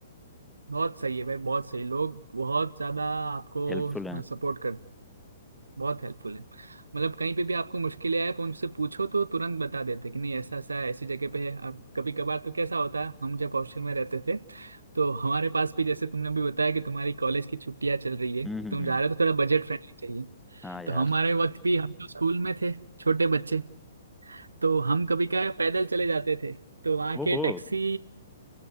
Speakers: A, on the right; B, in the centre.
A: बहुत सही है भाई बहुत सही लोग बहुत ज्यादा आपको
B: हेल्पफुल है
A: सपोर्ट कर बहुत हेल्पफुल है मतलब कहीं पे भी आपको मुश्किलें आए आप उनसे पूछो तो तुरंत बता देते कि नहीं ऐसा ऐसा है, ऐसी जगह पे है अब कभी कभार तो कैसा होता है हम जब हॉस्टल में रहते थे तो हमारे पास भी जैसे तुमने भी बताया कि तुम्हारी कॉलेज की छुट्टियां चल रही है
B: हम्म
A: तो
B: हम्म
A: तुम
B: हम्म
A: जा रहे हो तो थोड़ा बजट फ्रेंडली चाहिए
B: हाँ यार
A: तो हमारे वक्त भी हम तो स्कूल में थे छोटे बच्चे तो हम कभी क्या है, पैदल चले जाते थे तो वहाँ के
B: ओहो
A: टैक्सी